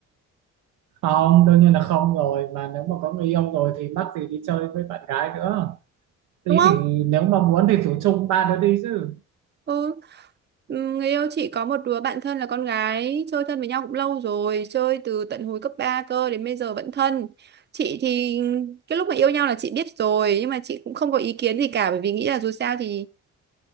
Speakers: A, on the right; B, on the right.
A: không đương nhiên là không rồi mà nếu mà có người yêu rồi thì mắc gì đi chơi với bạn gái nữa đi
B: Đúng không?
A: thì nếu mà muốn thì rủ chung ba đứa đi chứ
B: Ừ. Ừm, Người yêu chị có một đứa bạn thân là con gái chơi thân với nhau cũng lâu rồi chơi từ tận hồi cấp 3 cơ đến bây giờ vẫn thân chị thì cái lúc mà yêu nhau là chị biết rồi nhưng mà chị cũng không có ý kiến gì cả bởi vì nghĩ là dù sao thì